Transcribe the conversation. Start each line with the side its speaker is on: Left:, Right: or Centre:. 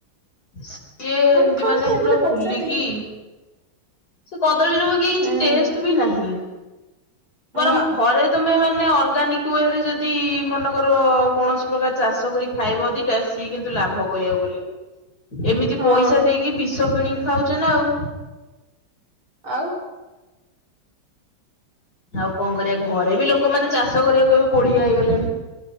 Left: ସିଏ
Right: ଆମେ
Left: ଏମତି
Right: କାଇଁ
Left: ମାନେ
Right: ଏମିତି
Left: ପୁରା ଫୁଲିକି।
Right: କରୁଛନ୍ତି
Left: ସେ କଦଳୀର ବି କିଛି
Right: ହୁଁ
Left: ଟେଷ୍ଟ ବି ନାହିଁ। ବରଂ
Right: ନା
Left: ଘରେ ତମେ ମାନେ ଅର୍ଗାନିକ। କୁଅରେ ଯଦି ମନେକର କୌଣସି ପ୍ରକାର ଚାଷ କରି ଖାଇବ ଦିଟା ସିଏ କିନ୍ତୁ ଲାଭ କହିବାକୁ ଗଲେ। ଏମିତି
Right: ହଁ
Left: ପଇସା ଦେଇକି ବିଷ କିଣିକି ଖାଉଚେ ନା ଆଉ।
Right: ଆଉ।
Left: ଆଉ କଣ କରିବା ଘରେ ବି ଲୋକମାନେ ଚାଷ କରିବାକୁ ଏବେ କୋଢିଆ ହେଇଗଲେଣି।